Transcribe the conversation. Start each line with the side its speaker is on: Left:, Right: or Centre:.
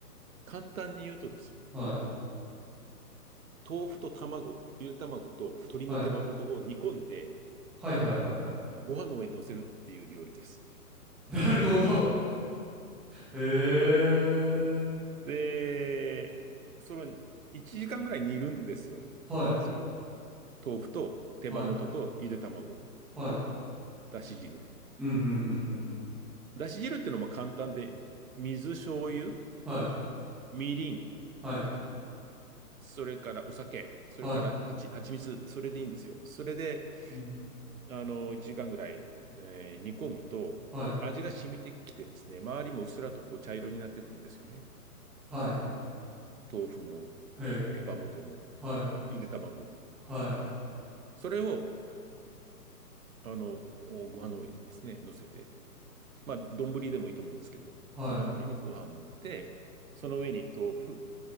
Right: 簡単に言うとですよ、
Centre: はい。
Right: 豆腐と卵、ゆで卵と鶏の手羽元を煮込んで、
Centre: はい。はいはいはいはい。
Right: ご飯の上に乗せるっていう料理です。
Centre: <laughs> なるほど。<laughs> へえ。
Right: で、それを1時間ぐらい煮るんですよ。
Centre: はい。
Right: その豆腐と手羽元とゆで卵を、
Centre: はい。はい。
Right: だし汁で。
Centre: うんうんうんうん。
Right: だし汁っていうのも簡単で、水、醤油、
Centre: はい。
Right: みりん、
Centre: はい。
Right: それからお酒、それからはち、
Centre: はい。
Right: 蜂蜜、それでいいんですよ。それで、
Centre: うん。
Right: あの、1時間ぐらい、えー煮込むと、
Centre: はい。
Right: 味が染みてきてですね、周りもうっすらとこう茶色になってくるんですよね。
Centre: はい。
Right: 豆腐も、
Centre: へえ。
Right: 手羽元も、
Centre: はい。
Right: ゆで卵も。
Centre: はい。
Right: それを、あの、ご飯の上にですね、乗せて、まあ、丼でもいいと思うんですけど、
Centre: はい。
Right: 丼にご飯を盛って、その上に豆腐、